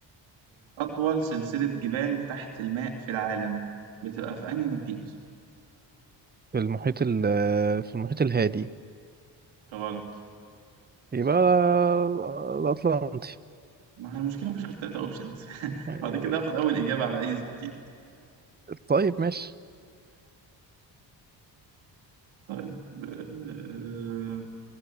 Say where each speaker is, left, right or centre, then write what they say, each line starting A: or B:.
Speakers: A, on the right; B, on the right.
A: أطول سلسلة جبال تحت الماء في العالم بتبقى في أنهي محيط؟
B: في المحيط ال في المحيط الهادي
A: غلط
B: يبقى الأطلنطي
A: ما هي المشكلة مفيش غير تلاتة أوبشنز <laughs>
B: آه،
A: بعد كده هاخد أول إجابة على أي محيط
B: طيب ماشي
A: طيب آه...